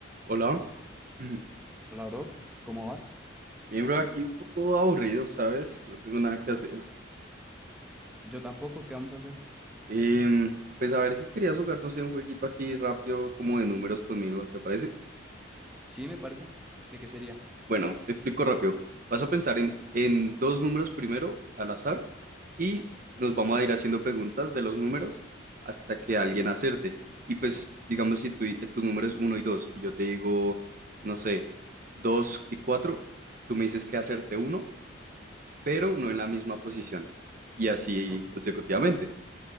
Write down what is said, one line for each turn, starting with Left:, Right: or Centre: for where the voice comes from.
Right: Hola, <clears throat>
Centre: Hola, bro. ¿Cómo vas?
Right: miembro aquí un poco aburrido, ¿sabes? No tengo nada que hacer.
Centre: Yo tampoco. ¿Qué vamos a hacer?
Right: Em, pues a ver si querías jugar, no sé, un jueguito aquí rápido, como de números conmigo, ¿te parece?
Centre: Sí, me parece. ¿De qué sería?
Right: Bueno, te explico rápido. Vas a pensar en,
Centre: Dale.
Right: en dos números primero, al azar, y nos
Centre: Sí.
Right: vamos a ir haciendo preguntas de los números hasta que
Centre: Sí.
Right: alguien acerte. Y pues, digamos,
Centre: Ujú.
Right: si tu, tu número es 1 y 2 y yo te digo, no sé, 2 y 4, tú me dices que acerte uno. pero no en la misma posición. Y así
Centre: Ok.
Right: consecutivamente.